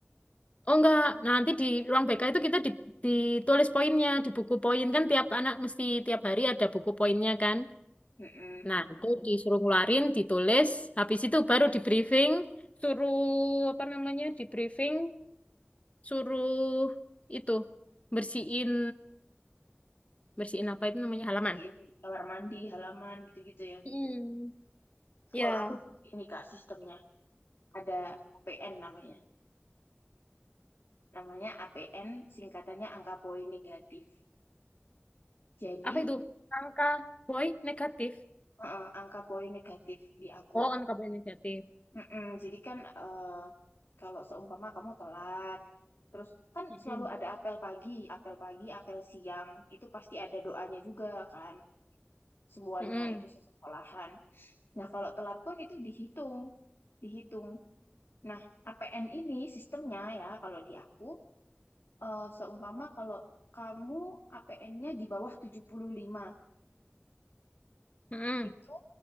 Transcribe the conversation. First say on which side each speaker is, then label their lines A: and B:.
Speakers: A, on the left; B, on the left.
A: Oh enggak, nah nanti di ruang BK itu kita di- ditulis poinnya, di buku poin kan tiap anak mesti tiap hari ada buku poinnya kan.
B: Mm-mm.
A: Nah, itu disuruh ngeluarin, ditulis, habis itu baru di briefing, suruh apa namanya? di briefing, suruh itu bersihin bersihin apa itu namanya halaman.
B: bersihin kamar mandi, halaman gitu-gitu ya.
A: Hmm, ya.
B: Kalau aku dulu ini Kak sistemnya ada APN namanya. Namanya APN singkatannya angka poin negatif. Jadi
A: Apa itu? Angka boy negatif.
B: eh, angka poin negatif di aku.
A: Oh, angka boy negatif.
B: Mm-mm, jadi kan eh, kalau seumpama kamu telat, terus kan
A: Mm-mm.
B: selalu ada apel pagi, apel pagi, apel siang, itu pasti ada doanya juga kan. Semuanya
A: Mm-mm.
B: itu sekolahan. Nah, kalau telat pun itu dihitung, dihitung Nah, APN ini sistemnya ya kalau di aku eh, seumpama kalau kamu APN-nya di bawah 75
A: Mm-mm.
B: itu